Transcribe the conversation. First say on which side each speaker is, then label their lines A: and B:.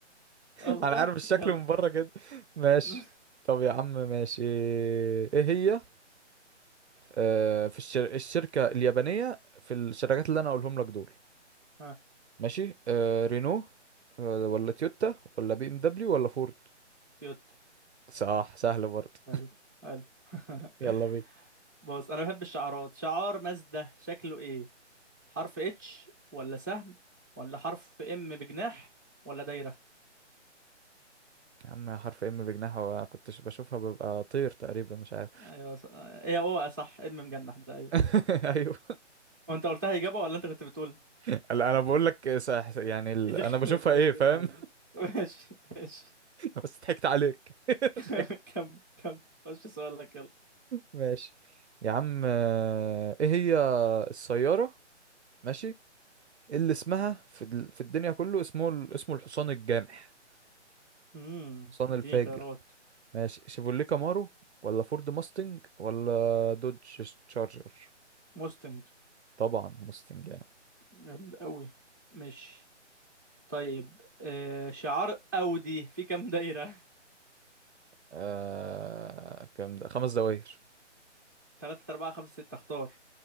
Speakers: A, on the right (about 65°); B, on the right (about 15°).
A: <laughs>
B: والله
A: انا عارف الشكل
B: يلا
A: من بره كده ماشي
B: <laughs>
A: طب يا عم ماشي ايه هي آه في الشر... الشركة اليابانية في الشركات اللي انا اقولهم لك دول
B: ها
A: ماشي آه رينو آه ولا تويوتا ولا بي ام دبليو ولا فورد
B: تويوتا
A: صح سهلة برضه
B: حلو حلو <laughs>
A: يلا بينا
B: بص انا بحب الشعارات شعار مازدا شكله ايه حرف اتش ولا سهم ولا حرف ام بجناح ولا دايرة
A: يا عم حرف ام بجناحه كنتش بشوفها ببقى طير تقريبا مش عارف
B: ايوه ص... ايه هو صح ام مجنح ده ايوه
A: <laughs> ايوه
B: هو انت قلتها اجابة ولا انت كنت بتقول
A: لا انا بقول لك صح يعني ال...
B: <laughs> يخرب
A: انا بشوفها
B: بيت
A: ايه
B: دماغك
A: فاهم
B: ماشي ماشي
A: <laughs> بس ضحكت عليك <laughs>
B: <laughs>
A: ضحكت.
B: كمل كمل خش سؤالك يلا
A: ماشي يا عم آه، ايه هي السيارة ماشي اللي اسمها في ال- في الدنيا كله اسمه ال- اسمه الحصان الجامح
B: امم
A: الحصان
B: اديني
A: الفاجر
B: خيارات
A: ماشي شيفوليه كامارو ولا فورد ماستنج ولا دوج تشارجر
B: موستنج
A: طبعا ماستنج يعني
B: جامد قوي ماشي طيب آه شعار اودي في كام دايرة
A: آه... كام ده خمس دوائر
B: <laughs> 3 4 5 6 اختار